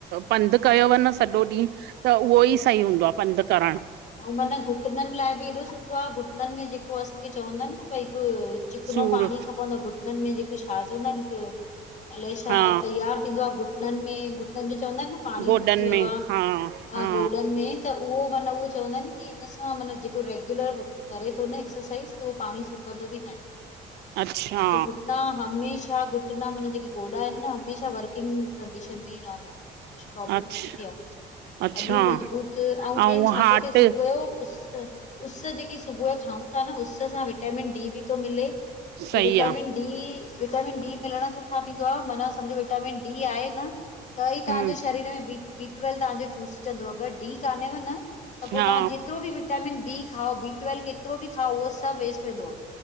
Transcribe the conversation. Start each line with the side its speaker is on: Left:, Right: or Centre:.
Right: पंधु कयुव न सॼो ॾींहुं त उहो ई सही हूंदो आ, पंधु करण।
Left: अउं मन घुटनन लाइ बि एॾो सुठो आ, घुटनन में जेको असांखे चवंदा आहिन न भई हिकु चिकनो
Right: सूर
Left: पाणी खपंदो आ, घुटननि में जेको छा चवंदा आहेन हिकु अलाए छा
Right: हा
Left: तैयारु थींदो आ घुटननि में घुटननि जो चवंदा आहिन न पाणी
Right: गोॾनि
Left: सुकी व्यो
Right: में
Left: आ,
Right: हा
Left: आ
Right: हा
Left: गोॾनि में त उहो मन उहो चवंदा आहिनि की इन सां माना जेको रेग्युलर करे तो न एक्सरसाइज़ त उहो पाणी सुकंदो बि नाहे!
Right: अच्छा
Left: मतलब घुटना हमेशा घुट घुट्ना मन जेके गोडा आहिनि न हमेशा वर्किंग कंडीशन में रहंदा! कुछु प्रोब्लम
Right: अच्छा
Left: न वेंदी आ,
Right: अच्छा
Left: हॾियूं मज़बूत अऊं
Right: ऐं
Left: मेन छा
Right: हार्ट
Left: त उस, उस जेकी सुबुह जो खाऊं ता न उस सां विटामिन डी बि तो मिले!
Right: सही
Left: त विटामिन
Right: आ
Left: डी विटामिन डी मिलण सां छा थींदो आ? माना सम्झ विटामिन डी आहे न! त ई तव्हांजे
Right: हम्म
Left: शरीर में बी, बी ट्वेल्व तव्हांजो चूसजंदो अगरि डी कान्हेव न! त पो
Right: हा
Left: तव्हां जेतिरो बि विटामिन बी खाओ बी ट्वेल् कतिरो बि खाओ उहो सभु वेस्ट वेंदो आ।